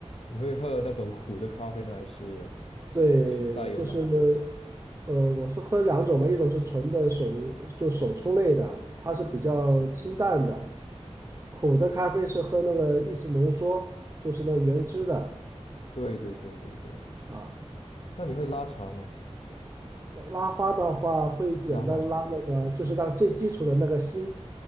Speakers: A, on the left (about 60°); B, on the right (about 25°).
A: 你会喝那种苦的咖啡呢，还是啊就是带有奶的呢
B: 对，就是呃，我是喝两种嘛，一种是纯的手就手冲类的，它是比较清淡的，苦的咖啡是喝那个意式浓缩，就是那原汁的
A: 对对对对对。
B: 啊。
A: 那你会拉茶吗？
B: 拉花的话会简单拉那个，
A: 拉花
B: 就是那个最基础的那个心